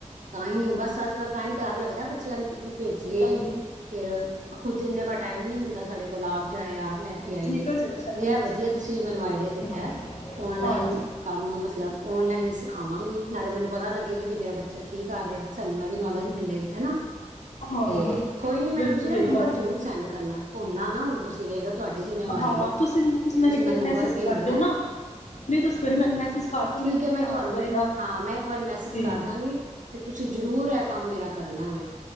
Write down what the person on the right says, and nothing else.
ਤਾਂਹੀ ਬਸ ਅੱਜ ਕੱਲ ਤਾਂਹੀ ਡਰ ਲੱਗਦ ਕਦਾ ਬੱਚਿਆਂ ਨੂੰ ਕਿੱਥੇ ਭੇਜੀਏ
ਫੇਰ ਖੁਦ ਇੰਨੇ ਕੋ ਟਾਈਮ ਨੀ ਹੁੰਦਾ ਸਾਡੇ ਕੋਲ ਆਪ ਜਾਏ ਆਪ ਲੈ
ਕੇ ਆਈਏ
ਤੇ
ਐ ਵਧੀਆ
ਤੁਸੀਂ ਮੈਨੂੰ ਆਈਡੀਆ ਦਿੱਤ
ਔਨਲਾਈਨ
ਕੰਮ ਮਤਲਬ ਓਨਲਾਈਨ ਹੀ ਸਿਖਾਵਾਂਗੇ। ਨਾਲੇ ਮੈਨੂੰ ਪਤਾ ਲੱਗੇਗਾ ਕਿ ਮੇਰਾ ਬੱਚਾ ਕੀ ਕਰ ਰਿਹਾ ਸਾਨੂੰ ਇਹ ਵੀ ਨੌਲੇਜ ਮਿਲੇਗੀ ਹਨਾ।
ਤੇ ਕੋਈ ਨੀ ਮੈਨੂੰ
ਤੁਸੀਂ
ਨਾ ਨੰਬਰ
ਜਰੂਰ ਸੈਂਡ ਕਰਨਾ ਭੁੱਲਣਾ ਨਾ ਹੁਣ ਤੁਸੀਂ ਵੇਖ ਲੋ ਤੁਹਾਡੀ ਜਿੰਮੇਵਾਰੀ
ਹੈ
ਤੁਸੀਂ
ਮੈਨੂੰ
ਨੰਬਰ
ਭੇਜਣਾ।
ਠੀਕ
ਹੈ ਮੈਂ
ਤੁਹਾਨੂੰ
ਹਾਂ ਮੈਂ ਇੱਕ ਵਾਰੀ ਮੈਸੇਜ
ਕਰਦਾਂਗੀ ਤੇ ਤੁਸੀਂ ਜ਼ਰੂਰ ਪੂਰਾ ਕੰਮ ਮੇਰਾ ਕਰਨਾ ਵ